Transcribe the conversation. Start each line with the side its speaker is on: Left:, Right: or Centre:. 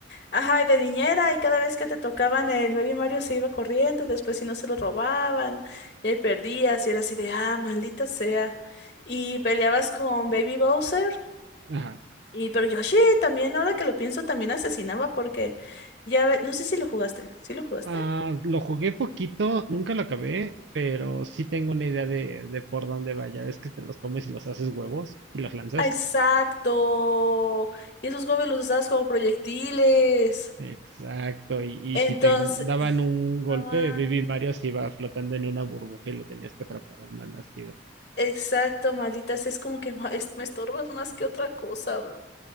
Left: Ajá, y de niñera, y cada vez que te tocaban el Baby Mario se iba corriendo, y después si no se lo robaban, y ahí perdías, y era así de, ah, maldita sea. Y peleabas con Baby Bowser.
Right: Ajá.
Left: Y pero Yoshi también, ahora que lo pienso, también asesinaba porque ya ve- no sé si lo jugaste. ¿Sí lo jugaste?
Right: Ah, lo jugué poquito, nunca lo acabé, pero sí tengo una idea de, de por dónde vaya. Es que te los comes y los haces huevos y los lanzas.
Left: Ah, exacto. Y esos gobles los usabas como proyectiles.
Right: Exacto. Y, y
Left: Entonces,
Right: si te daban un golpe,
Left: ah,
Right: Baby Mario se iba flotando en una burbuja y lo tenías que atrapar al malnacido.
Left: exacto, malditas, es como que ma- es- me estorbas más que otra cosa, bro.